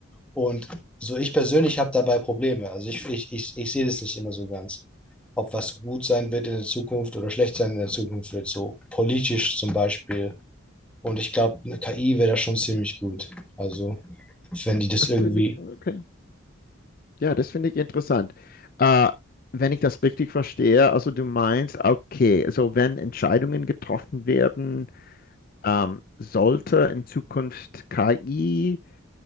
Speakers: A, in the centre; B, on the left (about 45°).
A: Und so ich persönlich habe dabei Probleme. Also ich, ich, ich, ich sehe das nicht immer so ganz. Ob was gut sein wird in der Zukunft oder schlecht sein in der Zukunft wird, so politisch zum Beispiel. Und ich glaube, eine KI wäre da schon ziemlich gut. Also, wenn die das
B: das
A: irgendwie.
B: finde ich, okay. Ja, das finde ich interessant. Äh, wenn ich das richtig verstehe, also du meinst, okay, also wenn Entscheidungen getroffen werden, ähm, sollte in Zukunft KI